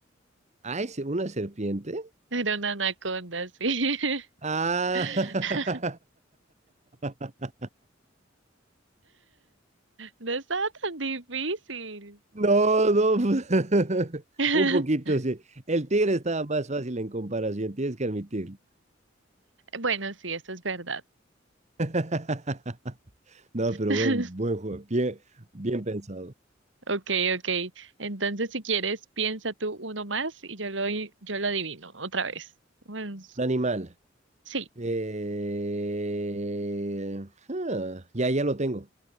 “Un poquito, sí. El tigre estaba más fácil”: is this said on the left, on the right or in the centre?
Right